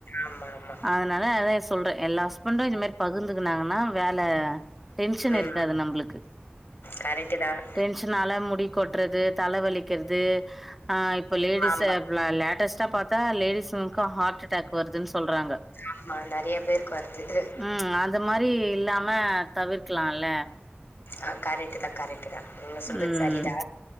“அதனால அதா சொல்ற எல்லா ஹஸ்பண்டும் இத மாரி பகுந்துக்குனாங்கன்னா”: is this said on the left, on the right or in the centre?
Centre